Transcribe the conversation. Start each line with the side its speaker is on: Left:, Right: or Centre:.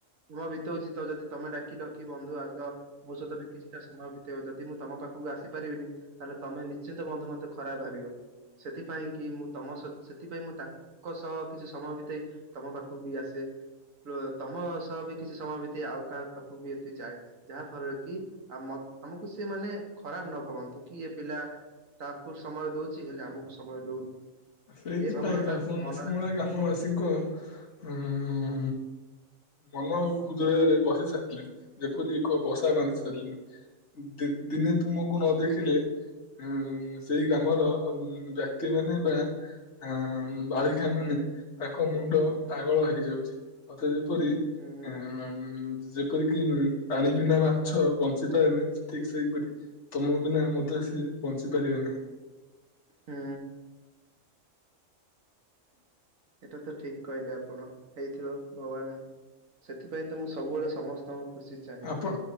Right: ନୂଆ ବିତଉଛିି ତ ଯଦି ତମେ ଡାକିିଲ କି ବନ୍ଧୁ ଆସ ମୋ ସହିତ ବି କିଛିଟା ସମୟ ବିତେଇବ ଯଦି ମୁଁ ତମ ପାଖକୁ ଆସି ପାରିବିନି ତାହେଲେ ତମେ ନିଶ୍ଚିନ୍ତ ବନ୍ଧୁ ମତେ ଖରାପ ଭାବିବ ସେଥିପାଇଁ କି ମୁଁ ତମ ସେଥିପାଇଁ ମୁଁ ତା ଙ୍କ ସହ କିଛି ସମୟ ବିତେଇ ତମ ପାଖକୁ ବି ଆସେ ତମ ସହ ବି କିଛି ସମୟ ବିତେଇ ଆଉ କାହା ପାଖକୁ ବି ଏମିତି ଯାଏ। ଯାହା ଫଳରେ କି ଆ ଆମକୁ ସେ ମାନେ ଖରାପ ନ ଭାବନ୍ତୁ କି ଏ ପିଲା ତାକୁ ସମୟ ଦଉଛି ହେଲେ ଆମକୁ ସମୟ ଦଉନି।
Left: ସେଇଥିପାଇଁ
Right: ଏ ଭାବନା
Left: ତ
Right: ଟା
Left: ଆପଣ ନିଷମୁଣା
Right: ମନରେ
Left: ଗ୍ରାମ ବାସୀ ଙ୍କ ହୁଁ ହୁଁ ମନ ଆଉ ହୃଦୟରେ ବସି ସାରିିଲେଣି ଯେପରି ଏକ ବାନ୍ଧି
Right: ଆସେ।
Left: ସାରିଲେଣି ଦି ଦିନେ ତୁମକୁ ନ ଦେଖିଲେ ଉଁ ସେଇ ଗ୍ରାମର ବ୍ୟକ୍ତି ମାନେ ବା ଆ ବାଳିକା ମାନେ ତାଙ୍କ ମୁଣ୍ଡ
Right: ହୁଁ
Left: ପାଗଳ ହେଇଯାଉଛି ସତେ ଯେପରି
Right: ହୁଁ
Left: ଉଁ ଯେ ଯେପରିକି ପାଣି ବିନା ମାଛ ବଞ୍ଚି ପାରେନି ଠିକ୍ ସେଇପରି। ତମ ବିନା ମଧ୍ୟ ସିଏ ବଞ୍ଚି ପାରିବେ ନାହିଁ।
Right: ହୁଁ। ଏଇଟା ତ ଠିକ୍ କହିଲେ ଆପଣ ହେଇଥିବ ଭଗବାନ୍ ସେଥିପାଇଁ ତ ମୁଁ ସବୁବେଳେ ସମସ୍ତଙ୍କ ଖୁସି ଚାହେଁ।
Left: ଆପଣ